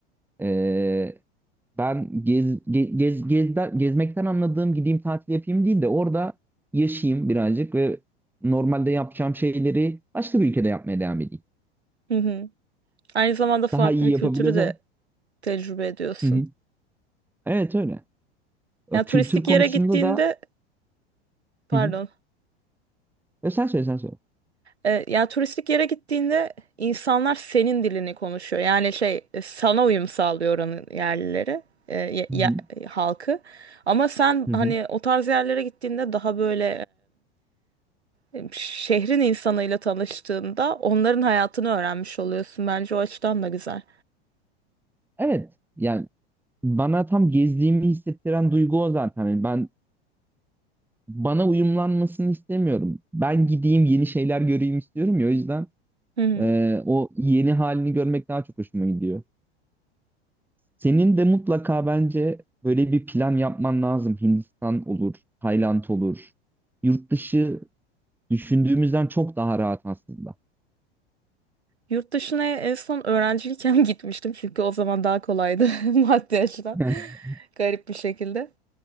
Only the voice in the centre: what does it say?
Ee, ben gez, ge- gez, gezde- gezmekten anladığım gideyim tatil yapayım değil de orada yaşayayım birazcık ve normalde yapacağım şeyleri başka bir ülkede yapmaya devam edeyim.
Daha iyi
yapabilirsem.
Hı hı. Evet öyle. O
Kültür
konusunda
da
hı hı. E, sen söyle sen söyle.
Hı
hı.
Hı
hı.
Evet yani bana tam gezdiğimi hissettiren duygu o zaten. Yani ben bana uyumlanmasını istemiyorum. Ben gideyim yeni şeyler göreyim istiyorum ya o yüzden
Ee, o yeni halini görmek daha çok hoşuma gidiyor. Senin de mutlaka bence böyle bir plan yapman lazım. Hindistan olur, Tayland olur. Yurt dışı düşündüğümüzden çok daha rahat aslında.
<laughs>